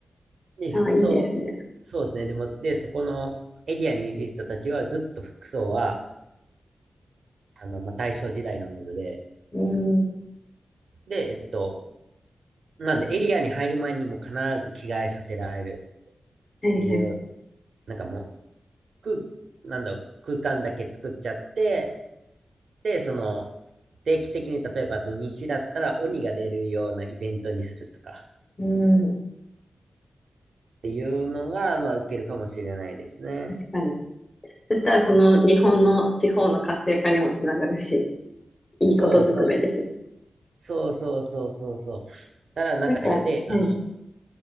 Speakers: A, on the right (about 75°); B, on the left (about 30°).
A: で、
B: ああ、
A: 服装。
B: いいですね。
A: そうですね。でも、で、そこのエリアにいる人たちはずっと服装は、あの、まあ、大正時代のもので、
B: うん。は
A: で、えっと、なんでエリアに入る前にも必ず着替えさせられる
B: いはい。
A: っていう、なんかもう、空、なんだろう、空間だけ作っちゃって、で、その、定期的に例えば土日だったら鬼が出るようなイベントにするとかっ
B: うん。
A: ていうのが、まあ、受けるかもしれないですね。
B: 確かに。そしたら、その日本の地方の活性化にもつながるし、いいことずくめですね。
A: そうそう、そうそうそうそうそう。ただなんか、
B: なんか、
A: いや、で、
B: はい。
A: あの、